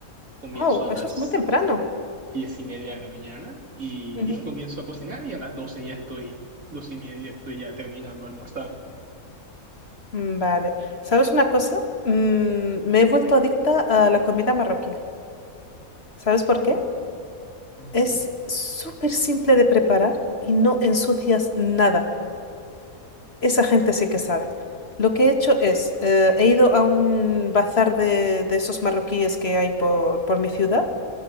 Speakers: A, on the right (about 70°); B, on the left (about 45°).
A: comienzo
B: Oh,
A: a
B: eso
A: las
B: es muy temprano.
A: diez y media de la mañana y,
B: Ujú.
A: y comienzo a cocinar y a las doce ya estoy, doce y media estoy ya terminando de almorzar.
B: Mm, Vale. ¿Sabes una cosa? Mm, me he vuelto adicta a la comida marroquí. ¿Sabes por
A: Mm.
B: qué?
A: No,
B: Es súper simple de preparar y no ensucias nada. Esa gente sí que sabe. Lo que he hecho es, eh, he ido a un bazar de, de esos marroquíes que hay por, por mi ciudad